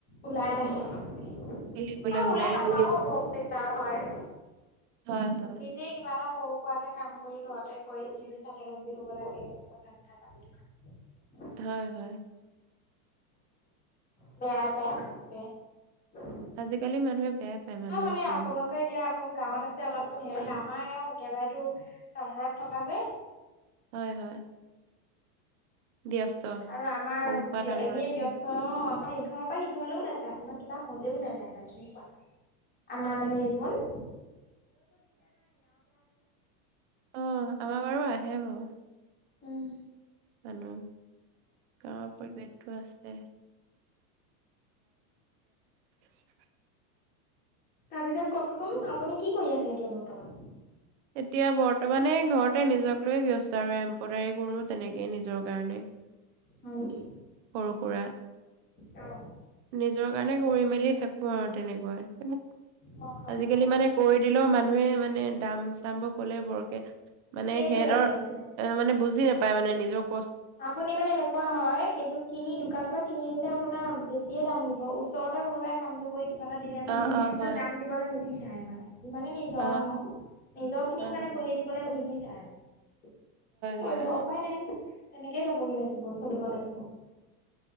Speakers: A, on the left; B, on the right.
A: ওলাই নাহে, আৰু
B: খেলিবলৈ
A: ওলাই নহাও
B: নাহে।
A: দিগদাৰ হয়,
B: হয়, হয়।
A: নিজে কিবা এটা সৰু সুৰাকে কাম কৰি ঘৰতে কৰি নিজে স্বাৱলম্বী হব লাগে, একো কথা চথা পাতি কৰাতকৈ।
B: হয়, হয়।
A: বেয়া <unintelligible>
B: আজিকালি মানুহে বেয়া পায় মানুহৰ
A: অ মানে
B: ওচৰলৈ।
A: আপোনাকে এতিয়া আপুনি গাঁৱত আছে, অলপ হেৰি নাম <unintelligible> ‌ একেবাৰেতো চহৰত থকা যে
B: হয়, হয়। ব্যস্ত।
A: আৰু আমাৰ
B: সৰুৰ পৰা ডাঙৰলৈকে।
A: এনেই ব্যস্ত ন? আমাৰ ইঘৰৰ পৰা সিঘৰলৈও নায আমাৰ কিবা হ'লেও নাযায় মানে, এনেকুৱা। আমাৰ মানে এইকন
B: অহ, <inaudible> অ আহে বাও।
A: উম।
B: জানো। গাঁৱৰ পৰিৱেশটো আছে। <unintelligible> <inaudible>
A: তাৰপিছত কওকচোন, আপুনি কি কৰি আছে এতিয়া বৰ্তমান?
B: এতিয়া বৰ্তমানে ঘৰতে নিজক লৈয়ে ব্যস্ত আৰু এম্প্ৰডাৰী কঁৰো তেনেকেই নিজৰ কাৰণে।
A: হয় নেকি
B: সৰু সুৰা।
A: অ।
B: নিজৰ কাৰণে কৰি মেলি থাকো আৰু তেনেকুৱাই,
A: হয়
B: আজিকালি
A: হয় অ
B: মানে কৰি দিলেও মানুহে মানে দাম চামবোৰ কলে বৰকে মানে
A: সেইটোৱে
B: সিহঁতৰ
A: সেইটোৱে
B: এ মানে বুজি নাপ পাই মানে নিজক
A: আপুনি মানে এনেকুৱা হয় এইটো কিনি দোকানৰ পৰা কিনি আনিলে আপোনাৰ বেছিয়ে দাম দিব ব ওচৰতে কোনোবাই কামটো কৰি কিবা এটা দিলে মানে
B: অ
A: <unintelligible>
B: অ হয়
A: দাম দিবলৈ নিবিচ <unintelligible> মানে। যিমানে নিজৰ
B: অ
A: নহওঁক, নিজৰ খিনিক
B: অ
A: মানে
B: হয়
A: <unintelligible> দিবলৈ নিবিচ তাই মানে। কি
B: হয়
A: কৰিব আও উপায়
B: অ
A: নাই। তেনেকেই যাবগে লাগিব, চলিব লাগিব।